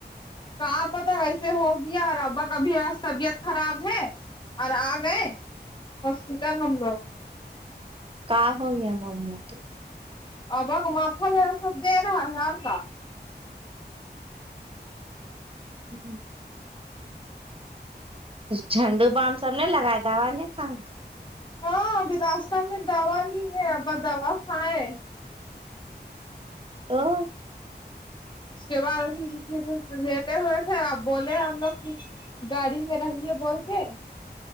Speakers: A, on the left; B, on the right.
A: کہاں پت ویسے ہوگیا اور ابا کبھیس طبیعت خراب ہے اور آ گئے ہاسپٹل ہم لوگ
B: کا ہووں گ ہے م موتی <unintelligible>
A: ابک ماتھا جو ہے سب د رہا ہزار کا
B: جی جی <unintelligible> جھنڈو بام سب نے لگائے دوا نہیں کان کا
A: ہاں ابھی راستہ میں دوا لی ہے اب دوا کھائائے
B: تو <inaudible>
A: اس کے بعدھر لیتے ہوئے تھے اب بولے ہم لوگ گاڑی میں رہیے بول کے <unintelligible>